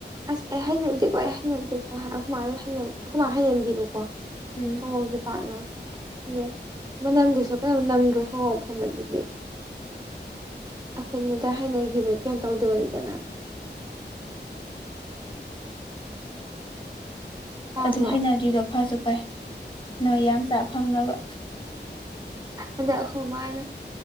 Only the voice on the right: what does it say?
ꯑꯁ ꯑꯩ ꯍꯩꯅꯟꯗꯦꯀꯣ ꯑꯩ ꯍꯩꯅꯗꯦꯀꯣ ꯍꯥꯏꯔ ꯍꯨꯃꯥ ꯍꯨꯃꯥ ꯍꯩꯅꯟꯗꯦꯕꯀꯣ
ꯊꯥꯌꫭꯡꯖꯦ ꯄꯥꯛꯅ‌ ꯗꯦ ꯃꯅꯝꯗꯨꯁꯨ ꯀꯩꯅꯣꯝ ꯅꯝꯗ꯭ꯔꫭ ꯁꯪꯒꫭꯝ ꯑꯐꯝꯕꯗꯨꯗꯤ ꯑꯈꯣꯏꯅꯗꯥ ꯍꯩꯅꯒꯤꯕꯩ ꯀꯦꯝ ꯇꯧꯗꯕꯅꯤꯗꯅ ꯇꯥꯕ꯭ꯔꯣ
ꯑꯗꯨ ꯑꯈꯨ ꯑꯈꯣꯏ ꯃꯥꯅ